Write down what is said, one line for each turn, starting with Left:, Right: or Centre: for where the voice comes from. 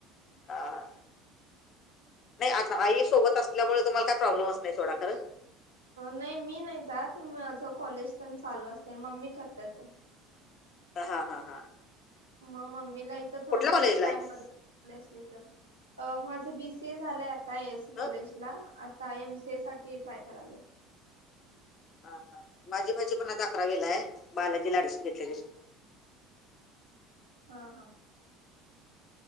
Left: हा- हा नाही आ आई सोबत असल्यामुळे तुम्हाला काय प्रॉब्लेमच नाही सोडा कर.
Right: नाही मी नाही जात माझं कॉलेज तेंन चालू असतय मम्मी करतात‌.
Left: हा - हा - हा.
Right: मग मम्मीला इथं थोडं
Left: कुठल्या कॉलेजला
Right: फर काय
Left: आहे
Right: मदत अ माझं बी सी ए झालंय आता ए एस सी कॉलेजला
Left: हं?
Right: आता एम सी ए साठी ट्राय कराले.
Left: हा हा माझी भाची पण आता अकरावीलाय बालाजी ऍडमिशन घेतलेलं.
Right: हा - हा.